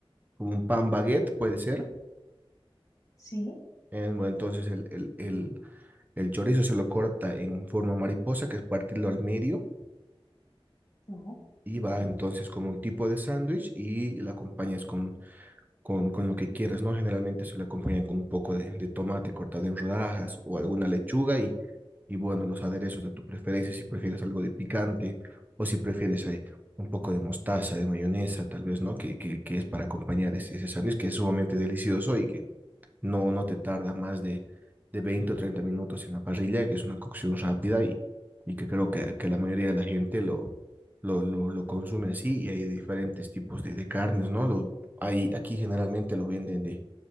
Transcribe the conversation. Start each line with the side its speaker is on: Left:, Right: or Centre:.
Right: como un pan baguette, puede ser.
Left: Sí,
Right: Eh, bueno, entonces el, el, el, el chorizo se lo corta en forma mariposa, que es partirlo al medio,
Left: no,
Right: y va
Left: vale,
Right: entonces como un tipo de sándwich y la acompañas con con, con lo que quieras, ¿no? Generalmente se le acompaña con un poco de, de tomate cortado en rodajas o alguna lechuga y, y bueno, los aderezos de tu preferencia, si prefieres algo de picante o si prefieres ahí un poco de mostaza, de mayonesa, tal vez, ¿no? Que, que, que es para acompañar ese, ese sándwich que es sumamente delicioso y que no, no te tarda más de, de 20 o 30 minutos en la parrilla, que es una cocción rápida y, y que creo que, que la mayoría de la gente lo, lo, lo, lo consume así y hay diferentes tipos de, de carnes, ¿no? Lo, hay, aquí generalmente lo venden de,